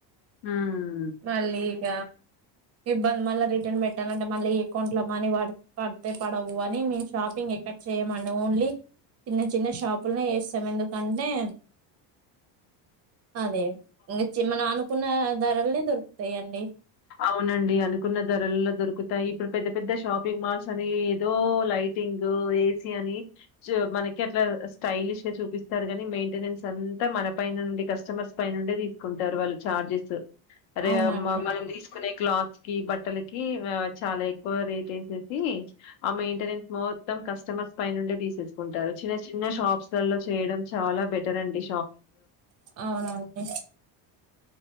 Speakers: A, on the left; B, on the right.
A: ఊమ్.
B: మల్లీగ ఇబ్బంద్ మళ్ళ రిటన్ బెట్టాలంటె మళ్ళీ ఎకౌంట్లొ మనీ పడ్ పడ్తె పొడవు అని మీ షాపింగ్ ఇంగెక్కడ్ చెయ్యమండి ఓన్లీ చిన్న చిన్న షాప్లొనె జేస్తం ఎందుకంటే అదే ఇంగ చి మనమనుకున్న ధరల్నె దురుక్తయండి.
A: ఔనండి అనుకున్న ధరల్లొ దొరుకుతాయి ఇప్పుడు పెద్ద పెద్ద షాపింగ్ మాల్సని ఏదో లై లైటింగు ఏసీ అని చు మనకి అట్ల స్టైలిష్గ చూపిస్తార్ గానీ మెయ్ంటెనెన్స్ అ అంత మన పైన నుండి కస్టమర్స్ పైనుండే దీస్కుంటారు వాళ్ళు చార్జెస్ అదే
B: అవునండి
A: మ మనం నె క్లాత్స్కి బట్టలకి వ చాల ఎక్కువ రేటేసేసి ఆ మెయ్ంటెనెన్స్ మో త్తం కస్టమర్స్ పైనుండి దీసేస్కుంటారు చిన చిన్న షాప్సలల్లొ చేయడం చాలా బెటరండి.
B: ఔనండి.